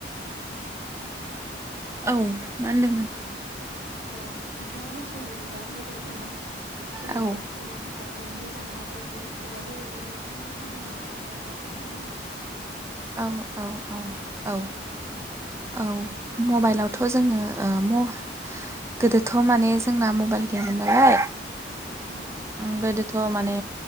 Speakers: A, on the right; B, on the right.
A: औ मा होनदों
B: नोंथाङा एसे फोर औ नोंथाङा मोनथिनाय बायदिब्ला मबाइल फना जेने'बा
A: औ
B: जोंनि थाखाय ओ मोजांना गाज्रि एबा मबाइलजों जों मा मा खामानि मावनो हायो नोंथाङा एसे फोरमायना ना
A: औ औ औ औ
B: औ
A: औ मबाइलावथ' जोङो ओ म गोदोथ' माने जोंना मबाइल गैयामोन नालाय।
B: औ
A: ओ गोदो थ' माने